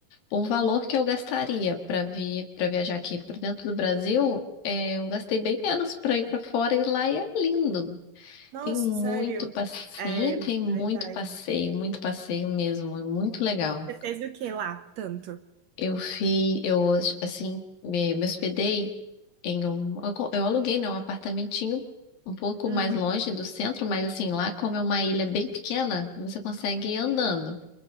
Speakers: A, on the left; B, on the right.
A: O valor que eu gastaria para vir para viajar aqui para dentro do Brasil, é, eu gastei bem menos para ir para fora e lá é lindo.
B: Nossa,
A: Tem muito
B: sério?
A: passeio,
B: É,
A: tem muito
B: verdade.
A: passeio, muito passeio mesmo, é muito legal.
B: Você fez o que lá, tanto?
A: Eu fiz, eu assim, me, me hospedei em um, eu, co- eu aluguei, né, um apartamentinho um pouco
B: Hum,
A: mais longe do centro, mas assim, lá como é uma ilha bem pequena, você consegue ir andando.